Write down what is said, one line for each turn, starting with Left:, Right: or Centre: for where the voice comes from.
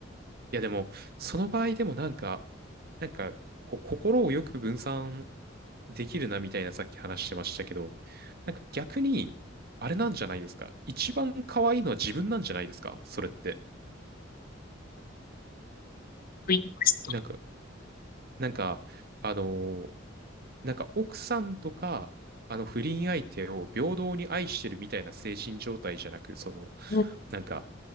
Right: いやでも、その場合でもなんか、なんか、こう、心をよく分散できるなみたいなさっき話してましたけど、なんか逆に、あれなんじゃないですか。一番可愛いのは自分なんじゃないですかそれって。
Left: 言いました。
Right: なんか、なんか、あのーなんか奥さんとか、あの不倫相手を平等に愛してるみたいな精神状態じゃなく、その、
Left: うん
Right: なんか、